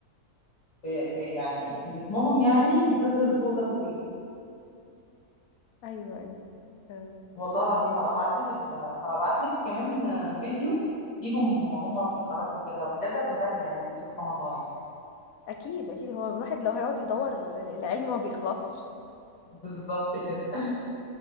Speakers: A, on the left; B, on the left.
A: في في يعني في جسمهم يعني بتظهر الضوء ده بالليل
B: ايوه ايوه فاهم.
A: والله العظيم هبقى ابعت لك ال... هبقى ابعت لك كمان آه، فيديو ليهم هم بيتحركوا كده بجد هتنبهري يعني تقولي سبحان الله يعني
B: اكيد اكيد هو الواحد لو هيقعد يدور العلم ما بيخلصش
A: بالظبط كده